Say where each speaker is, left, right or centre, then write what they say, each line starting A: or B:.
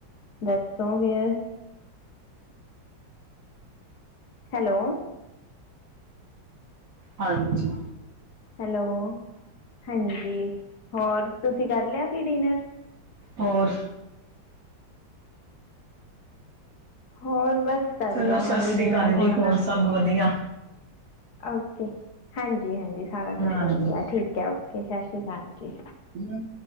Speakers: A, on the left; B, on the right.
A: ਦੱਸੋਗੇ ਹੈਲੋ।
B: ਹਾਂਜੀ।
A: ਹੈਲੋ ਹਾਂਜੀ, ਹੋਰ ਤੁਸੀ ਕਾਰ ਲੇਆ ਸੀ ਡਿਨਰ?
B: ਹੋਰ
A: ਹੋਰ, ਬਾੱਸ ਕਾਰ
B: ਚਲੋ
A: ਲੇਆ
B: ਸਤਿ
A: ਮੈਂ ਵੀ
B: ਸ੍ਰੀ
A: ਡਿਨਰ
B: ਅਕਾਲ ਜੀ
A: ਹੁਨ,
B: ਹੋਰ ਸਭ ਵਧੀਆ
A: ਓਕੇ। ਹਾਂਜੀ-ਹਾਂਜੀ, ਸਾਰਾ ਕੋਸ਼
B: ਹਾਂ
A: ਵਦੀਆ ਠੀਕ ਐ ਓਕੇ ਸ਼ਾਸ਼ੀ ਕਾਲ ਜੀ।
B: ਹੂੰ।